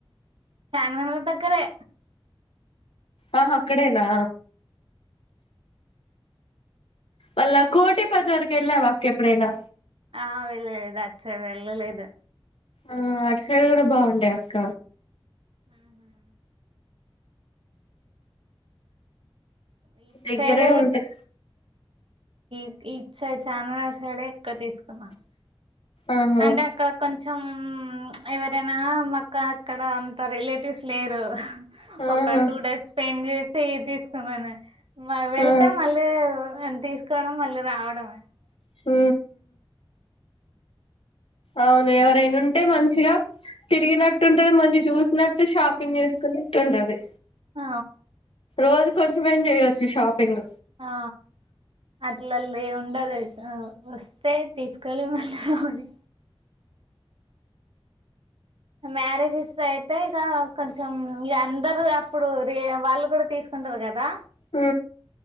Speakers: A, on the right; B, on the left.
A: చార్మినార్ దగ్గరే
B: ఆ అక్కడేనా అలా కోటి పజారుకి వెళ్ళవ అక్క ఎప్పుడేనా
A: ఆ వెళ్ళలేదు అచ్చే వెళ్ళలేదు
B: ఆ ఆటుసైడు కూడా బాగుంయి అక్క
A: ఆ హా ఇటు
B: దగ్గరే
A: సైడ
B: ఉంటాయి
A: ఈ ఈ సైడ్ చార్మినార్ సైడే ఎక్కువ తీసుకున్నాం
B: ఆహా
A: అంటే అక్కడ కొంచెం ఎవరైనా కా అక్కడ అంత రిలేటివ్స్ లేరు
B: ఆహా
A: ఒక టూ డేస్ స్పెండ్ చేసి స తీ మ వెళ్తే
B: ఆ
A: మళ్ళీ తీసుకోవడం మళ్ళీ రావడమే <inaudible>
B: హ అవును ఎవరైనా ఉంటే మంచిగా తిరిగినట్టుంటది మంచి చూసినట్టు షాపింగ్ చేసుకున్నట్టు ఉంటది
A: ఆ
B: రోజు కొంచెంమే చేయొచ్చు షాపింగ్
A: ఆ అట్లా ఉండద వ ఎ తీసుకోలే వాళ్ళు అని మ్యారేజెస్ లో అయితే ఇక కొంచెం అందరు అప్పుడు ర వాళ్ళు కూడా తీసుకుంటారు కదా
B: హ